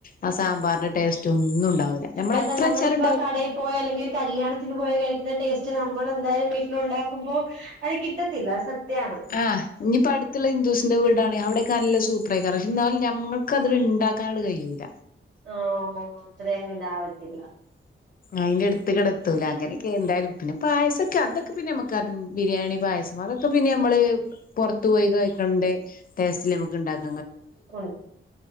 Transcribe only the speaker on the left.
ആ സാമ്പാറിന്റെ ടേസ്റ്റ് ഒന്നും ഉണ്ടാവില്ല നമ്മൾ
എത്ര
വെച്ചാലും
ആഹ് ഇനിയിപ്പോ അടുത്തുള്ള ഇന്ദുസിന്റെ വീടാണ് അവിടെ. ക്കല്ല സൂപ്പറായികാരണം പക്ഷെ ഞമ്മക്കത്ഇ ണ്ടാക്കാൻ കയ്യൂല.
അതിന്റെ അടുത്ത് കിടത്തൂല അങ്ങനെയൊക്കെ എന്തായാലും പിന്നെ പായസൊക്കെ അതൊക്കെ പിന്നെ നമുക്ക് ബിരിയാണി പായസം അതൊക്കെ പിന്നെ നമ്മള് പുറത്തു പോയി കഴിക്കന്റെ ടേസ്റ്റില് നമുക്ക് ഉണ്ടാക്കും